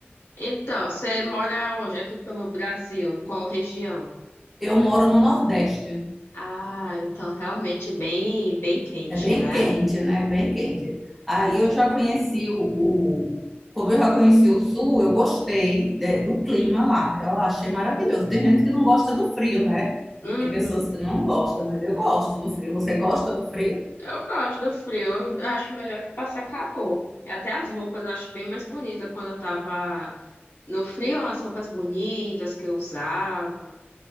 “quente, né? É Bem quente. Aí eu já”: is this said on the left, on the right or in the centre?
Centre